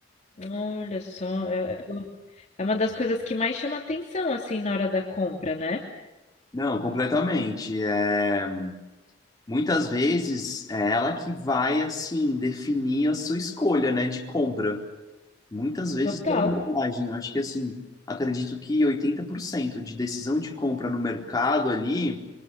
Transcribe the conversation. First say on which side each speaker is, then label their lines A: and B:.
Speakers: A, on the left; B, on the left.
A: Olha só, é é uma das coisas que mais chama atenção, assim, na hora da compra, né?
B: Não, completamente. É, muitas vezes é ela que vai, assim, definir a sua escolha, né, de compra. Muitas vezes
A: Total.
B: pela embalagem. Eu acho que, assim, acredito que 80% de decisão de compra no mercado ali